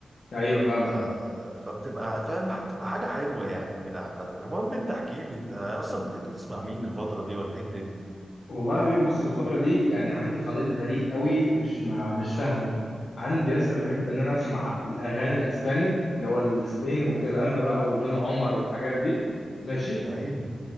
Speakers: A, on the left; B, on the right.
A: ايوه فاهمك
B: آه فبتبقى فاهم بتبقى حاجه حلوه يعني كده عامه المهم انت احكي لي انت اصلا بتحب تسمع مين الفتره دي ولا ايه
A: والله يا حبيبي بص الفترة دي يعني عندي خليط غريب قوي مش مع مش فاهمه عندي لسه بحب ان انا اسمع الاغاني الاسباني اللي هو الاسباني والكلام ده بقى ودون عمر والحاجات دي ماشي
B: الدنيا؟